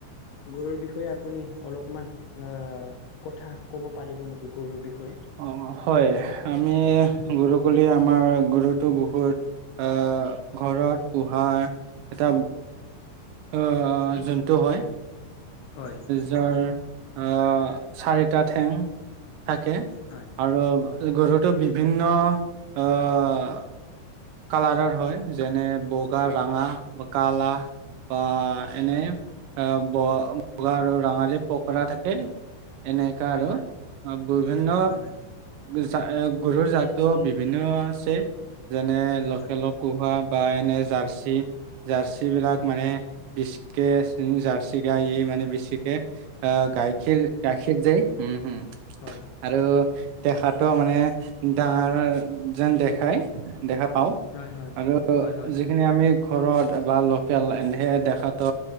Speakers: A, on the left; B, on the right.
A: গৰুৰ বিষয়ে আপুনি অলপমান আহ কথা কব পাৰিব নেকি গুৰুৰ বিষয়ে।
B: অ হয় আমি গৰু বোলি আমাৰ গৰুতো বহুত আহ ঘৰত পোহা এটা অ জন্তু হয়।
A: হয় নিশ্চয়
B: যাৰ আহ চাৰিটা ঠেং থাকে
A: হয়
B: আৰু
A: হয়
B: গৰুটো বিভিন্ন আহ কালাৰৰ হয় যেনে বগা,
A: হয়
B: ৰঙা, কালা বা এনেই
A: হয়
B: বগা আৰু ৰঙালী পখৰা থাকে। এনেকা আৰু
A: হয়
B: অ বিভিন্ন
A: হয় হয়
B: যা গৰুৰ জাতো বিভিন্ন আছে যেনে লখেল
A: হয়
B: পুহা বা এনে জাৰ্চি- জাৰ্চী বিলাক
A: হয়
B: মানে বিচিকে জাৰ্চি বা গাইয়ে মানে বেছিকে আহ গাইখীৰ গাখীৰ দে উম হম
A: হয়
B: আৰু দেখাতটো মানে ডাঙৰ যেন দেখাই দেখা পাওঁ
A: হয় হয়
B: আৰু
A: হয় হয়
B: যিখিনি আমি ঘৰত বা লোকেল এনহে দেখাতো